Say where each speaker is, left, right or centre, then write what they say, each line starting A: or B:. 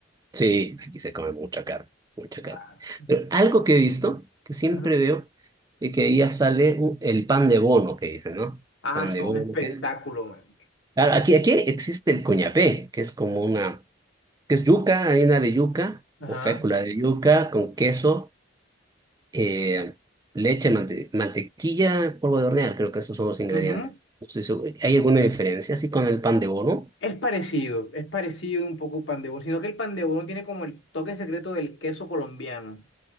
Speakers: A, on the right; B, on the left.
A: Sí, aquí se come mucha carne, mucha
B: Ah,
A: carne. Pero algo que he visto, que siempre
B: ujú.
A: veo, es que ahí ya sale un- el pan de bono, que dicen, ¿no?
B: Ah,
A: Pan de
B: son
A: bono,
B: espectáculo,
A: que es
B: man.
A: Claro, Aquí, aquí existe el cuñapé, que es como una, que es yuca, harina de yuca
B: Ajá.
A: o fécula de yuca con queso, eh, leche, mante- mantequilla, polvo de hornear, creo que esos son los ingredientes.
B: Ujú.
A: No estoy seguro. ¿Hay alguna diferencia así con el pan de bono?
B: Es parecido, es parecido un poco el pan de bono, sino que el pan de bono tiene como el toque secreto del queso colombiano.